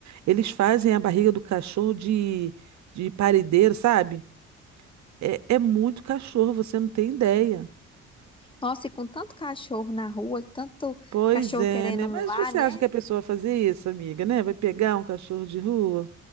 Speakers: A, on the right; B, on the left.
A: Eles fazem a barriga do cachorro de, de paredeiro, sabe? É, é muito cachorro, você não tem ideia.
B: Nossa, e com tanto cachorro na rua, tanto
A: Pois
B: cachorro
A: é,
B: querendo
A: né? Mas
B: um lar,
A: você
B: né?
A: acha que a pessoa vai fazer isso, amiga, né? Vai pegar um cachorro de rua?